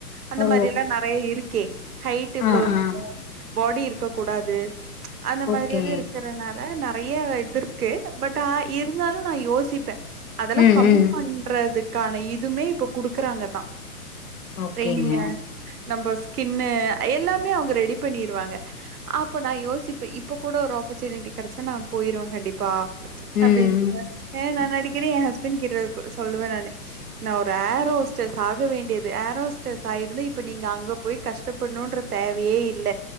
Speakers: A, on the right (about 75°); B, on the left (about 65°).
A: அந்த
B: ஓ
A: மாரில்லா நெறைய இருக்கே ஹைட் இவ்ளோ
B: ஆ
A: இருக்கணு
B: ஆ
A: பாடி இருக்க கூடாது அந்த மாரி
B: ஓகே
A: எல்லா இருக்கறனால நெறைய இது இருக்கு பட் இருந்தாலு நா யோசிப்பே அதெல்லா
B: ம்
A: கம்மி
B: ம்
A: பண்றதுக்கான இதுமே இப்ப குடுக்குறாங்க தா
B: ஓகேங்க
A: ட்ரெய்னிங்க நம்ம ஸ்கின்னு எல்லாமே அவங்க ரெடி பண்ணிருவாங்க அப்ப நா யோசிப் பெ இப்ப கூட ஒரு ஆப்பர்ச்சுனிட்டி கிடைச்சன்னா நா போயிருவவே கண்டிப்பா
B: ம்.
A: அப்படின்னு சொல்வ ஏ நா அடிக்கடி எ ஹஸ்பண்ட் கிட்ட சொல்லுவே நானு நா ஒரு ஏரோஸ்டர்ஸ் ஆக வேண்டியது ஏரோஸ்டர்ஸ் ஆயிருந்த இப்ப நீங்க அங்கப் போய் கஷ்டப்படணும்ன்ற தேவையே இல்ல